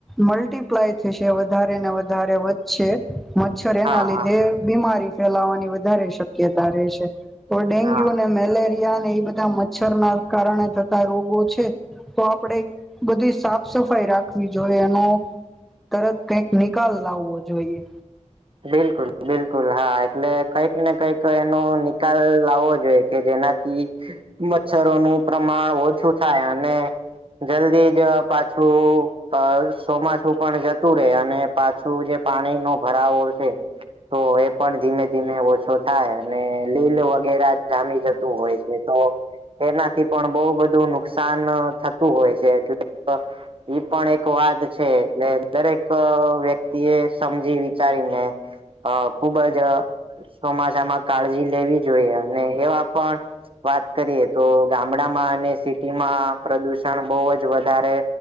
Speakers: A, in the centre; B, on the right.
A: મલ્ટીપ્લાય થશેને વધારે ને વધારે છે મચ્છર એના
B: હા
A: લીધે
B: હા
A: બીમારી ફેલાવાની વધારે શક્યતા રેય છે. તો ડેન્ગ્યુને
B: હા
A: મેલેરિયાને એ બધાં મચ્છરના કારણે થતા રોગો છે. તો આપણેે બધી સાફસફાઈ રાખવી જોઈએ અને તરત કાઈક નિકાલ લાવવો જોઈએ.
B: બિલકુલ બિલકુલ હા એટલે કંઈક ને કઈક એનો નિકાલ આવવો જોઈએ કે જેના થી મચ્છરોનું પ્રમાણ ઓછું થાય અને જલ્દી જ પાછું અ ચોમાસું પણ જતું રે અને પાછું જે પાણીનો ભરાવો છે. તો એ પણ ધીમે-ધીમે ઓછો થાય અને લીલ વગેરા જામી જતું હોય છે તો એનાથી પણ બઉ બધું નુકસાન થતું હોય છે એટલે તો ઈ પણ એક વાત છે એટલે દરેક અ વ્યક્તિએ સમજી વિચારીને અ ખૂબ જ ચોમાસામાં કાળજી લેવી જોઈએ અને એવાં પણ વાત કરીએ તો, ગામડામાં અને સિટીમાં પ્રદુષણ બવ જ વધારે